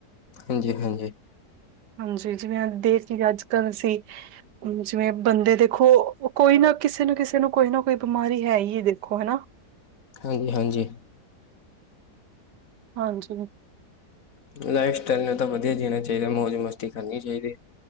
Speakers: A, on the left; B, on the right.
A: ਹਾਂਜੀ- ਹਾਂਜੀ।
B: ਹਾਂਜੀ ਜਿਵੇਂ ਦੇਖ ਲਈਏ ਅੱਜ ਕੱਲ ਅਸੀਂ, ਜਿਵੇਂ ਬੰਦੇ ਦੇਖੋਓ ਕੋਈ ਨਾ ਕਿਸੇ ਨਾ ਕਿਸੇ ਨੂੰ ਕੋਈ ਨਾ ਕੋਈ ਬਿਮਾਰੀ ਹੈ ਹੀ ਹੈ ਦੇਖੋ ਹਨਾ?
A: ਹਾਂਜੀ- ਹਾਂਜੀ।
B: ਹਾਂਜੀ।
A: ਲਾਈਫ ਸਟਾਈਲ ਨੂੰ ਤਾਂ ਵਧੀਆ ਜੀਣਾ ਚਾਹੀਦਾ, ਮੌਜ ਮਾਰ ਕੇ। ਰੋਟੀ ਖਾਣੀ ਚਾਹੀਦੀ।